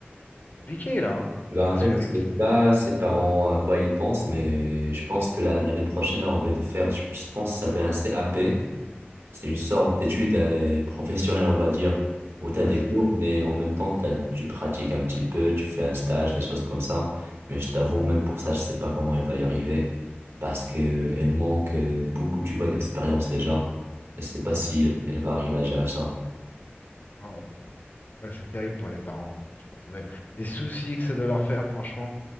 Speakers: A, on the left (about 45°); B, on the right (about 85°).
A: c'est compliqué là, hein?
B: bah
A: Parce
B: en fait,
A: qu'avec.
B: je sais pas ses parents à quoi ils pensent, mais je pense que la- l'année prochaine, elle, on va de faire, je je pense, que ça s'appelle un CAP. C'est une sorte d'étude euh, professionnelle, on va dire, où tu as
A: Ah,
B: des
A: c'est
B: cours,
A: ça.
B: mais en même temps, t'as- tu pratiques un petit peu, tu fais un stage, des choses comme ça. Mais je t'avoue, même pour ça, je sais pas comment elle va y arriver, parce que elle manque euh, beaucoup, tu vois, d'expérience déjà. Je sais pas si elle va arriver à gérer ça.
A: Ah, ouais, c'est terrible pour les parents. quand tu retrouves Les soucis que ça doit leur faire, franchement.